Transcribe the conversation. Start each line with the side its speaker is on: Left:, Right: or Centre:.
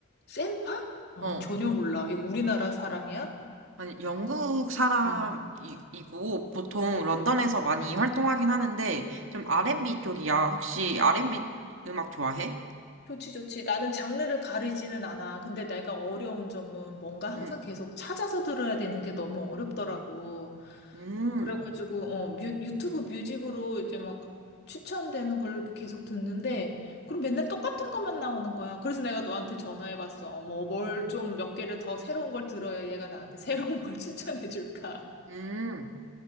Left: 센파? 아니,
Right: 어,
Left: 전혀 몰라. 이거 우리나라 사람이야?
Right: 아니, 영국 사람이고
Left: 영,
Right: 보통
Left: 어,
Right: 런던에서 많이 활동하긴 하는데 좀
Left: 어.
Right: R&B 쪽이야. 혹시 R&B
Left: 오,
Right: 음악 좋아해?
Left: 좋지, 좋지. 나는 장르를 가리지는 않아. 근데 내가 어려운 점은 뭔가 항상
Right: 음,
Left: 계속 찾아서 들어야 되는 게 너무 어렵더라고.
Right: 음,
Left: 그래가지고, 어, 뮤, 유튜브 뮤직으로 이제 막 추천되는 걸 계속 듣는데, 그럼 맨날 똑같은 것만 나오는 거야. 그래서 내가 너한테 전화해봤어. 어머, 뭘 좀 몇 개를 더 새로운 걸 들어야 얘가 나한테 새로운 걸 <laughs> 추천해줄까.
Right: 음.